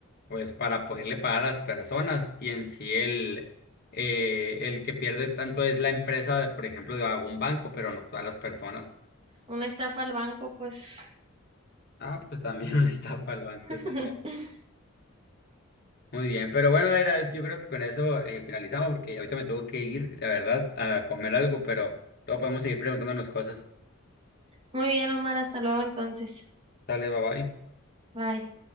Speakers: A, on the left; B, on the right.
A: pues para poderle pagar a las personas y en sí el, eh, el que pierde tanto es la empresa, por ejemplo, de algún banco, pero no todas las personas.
B: una estafa al banco, pues.
A: Ah, pues también <laughs> una estafa al banco
B: <laughs>
A: estaría. Muy bien, pero bueno, era, yo creo que con eso eh, finalizamos porque ahorita me tengo que ir, la verdad, a comer algo, pero luego podemos seguir preguntándonos cosas.
B: Muy bien, Omar, hasta luego entonces.
A: Dale, bye bye.
B: Bye.